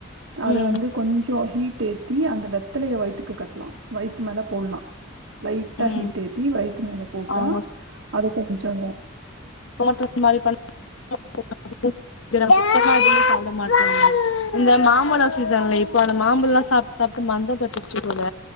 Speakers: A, on the right; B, on the left.
A: அத
B: ம்
A: வந்து கொஞ்சோ ஹீட் ஏத் தி அந்த வெத்தலைய வயித்துக்கு கட்லா வயித்து மேல போட்லா லைட்டா
B: ம்
A: ஹீட் ஏத்தி வயித்து மேல போட்டா
B: அவங்க
A: அது கொஞ்சோ
B: <unintelligible> எனக்கு சுத்தமா <inaudible> சாப்புடமாட்டே இந்த மாம்பழோ சீசன்ல இப்போ அந்த மாம்பழ்லா சாப் சாப்ட்டு மந்த தட்டுச்சு போல